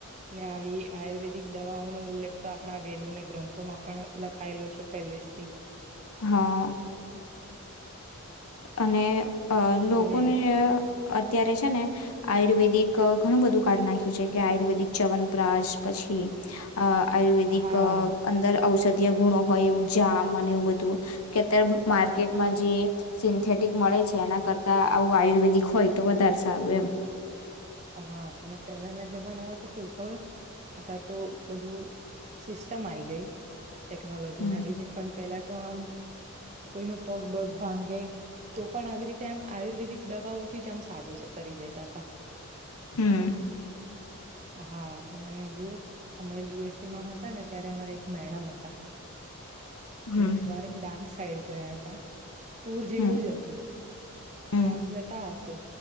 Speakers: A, on the right; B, on the left.
A: ને આવી આયુર્વેદિક દવા નો ઉલ્લેખ આપણા વેદોને ગ્રંથોમાં પણ લ ખાયલો છે પેલેસથી
B: હા અને અ લોકોને
A: અને
B: અત્યારે ને આયુર્વેદિક ઘણું બધું કાઢ નાખ્યું છે કે આયુર્વેદિક ચવનપ્રાસ પછી અ આયુર્વેદિક
A: હા
B: અંદર ઔષધ જે ગુણો હોય એવું જામ અને એવું બધું કે અત્યારે માર્કેટમાં જે સિન્થેટિક મળે છે એના કરતા આવું આયુર્વેદિક હોય તો વધારે સારું એમ
A: હા અને પહેલાના જમાનામાં તો કેવુ ખબર અતાર તો બધું સિસ્ટમ આઈ ગઈ ટેકનોલોજી
B: હમ
A: ના લીધે પન પેલા તો આમ કોઈનો પગ બગ ભાંગે તો પણ આવી રીતે આમ આયુર્વેદિક દવાઓથી જ આમ સાજો કરી દેતા હતા
B: હમ્મ
A: હા અને જો અમે બી એસ સી માં હતા ને ત્યારે અમારે એક મેડમ હ હતા
B: હમ
A: એક વાર ડાંગ સાઈડ ગયા હતા ટુર જેવું
B: હમ
A: જ હતું તો
B: હમ
A: આમ જતા હશે